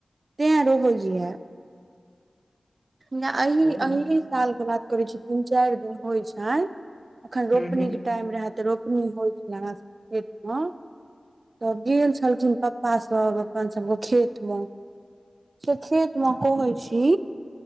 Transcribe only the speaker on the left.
हूं
हूं हूं